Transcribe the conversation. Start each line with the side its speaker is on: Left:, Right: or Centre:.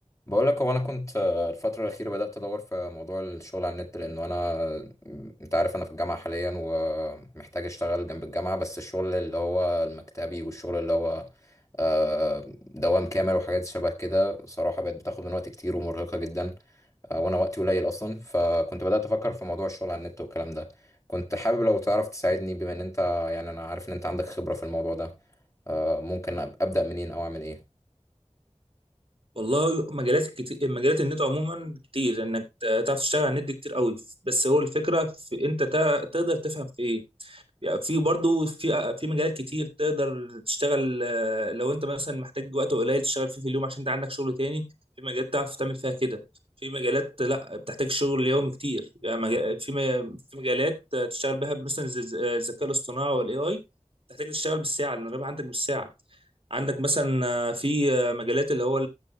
Left: بقول لك هو انا كنت آه، الفتره الاخيره بدات ادور في موضوع الشغل على النت لانه انا انت عارف انا في الجامعه حاليا ومحتاج اشتغل جنب الجامعه بس الشغل اللي هو المكتبي والشغل اللي هو آه، دوام كامل وحاجات شبه كده صراحه بقت بتاخد من وقت كتير ومرهقه جدا آه، وانا وقتي قليل اصلا فكنت بدات افكر في موضوع الشغل على النت والكلام ده كنت حابب لو تعرف تساعدني بما ان انت يعني انا عارف ان انت عندك خبره في الموضوع ده آه، ممكن أب- ابدا منين او اعمل ايه
Right: والله مجالات كتير مجالات النت عموما كتير انك ت- تعرف تشتغل على النت دي كتير قوي بس هو الفكره في انت تا- تقدر تفهم في ايه يعني في برضو في في مجالات كتير تقدر تشتغل آه، لو انت مثلا محتاج وقت قليل تشتغل فيه في اليوم عشان انت عندك شغل تاني في مجالات تعرف تعمل فيها كده في مجالات لا بتحتاج شغل يومي كتير يعني مجا- في م- في مجالات آه، تشتغل بها مثلا زي- زي الذكاء الاصطناعي والاي اي تحتاج تشتغل بالساعه لان الربح عندك بالساعه عندك مثلا آه، في آه، مجالات اللي هو